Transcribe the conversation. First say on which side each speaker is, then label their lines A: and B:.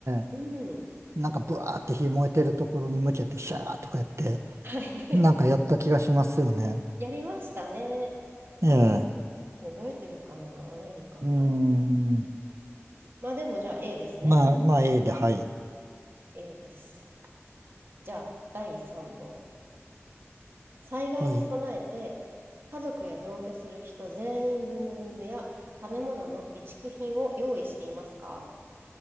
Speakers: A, on the right; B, on the right.
A: え。
B: 緒に、うん、
A: なんかブワーって火燃えてるところに向けてシャーとかやって、
B: はい
A: なんかやった気がしますよね。
B: <laughs> やりましたね。
A: ええ。
B: 覚えてるかな、やり方。
A: うん。
B: まあでもじゃあ A ですね。
A: まあ、まあ、A で、はい。
B: A です。じゃあ、第3問。災害に備えて、
A: はい。
B: 家族や同居する人全員分の水や食べ物の備蓄品を用意していますか